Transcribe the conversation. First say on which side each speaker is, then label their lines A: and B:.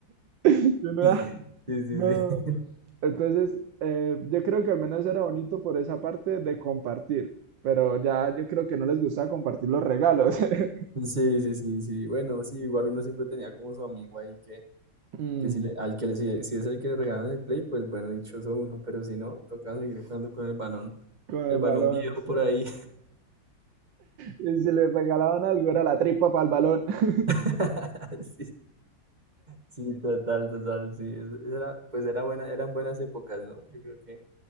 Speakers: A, on the right (about 85°); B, on the right (about 25°).
A: <laughs> Yo no,
B: <laughs>
A: ah,
B: sí, sí,
A: no.
B: sí.
A: Entonces, eh, yo creo que al menos era bonito por esa parte de compartir, pero ya yo creo que no les gustaba compartir los regalos. <laughs>
B: Sí, sí, sí, sí. Bueno, sí, igual uno siempre tenía como su amigo ahí que,
A: Mm,
B: que si le, al que le, si, si es el que le regalan el play, pues bueno, dichoso uno, pero si no, toca seguir jugando con el balón.
A: con el
B: El balón
A: balón.
B: viejo
A: sí.
B: por ahí.
A: Y si les regalaban algo, era la tripa para el balón. <laughs>
B: <laughs> Sí, sí, total, total, sí. es- Era, pues era buena, eran buenas épocas, ¿no? Yo creo que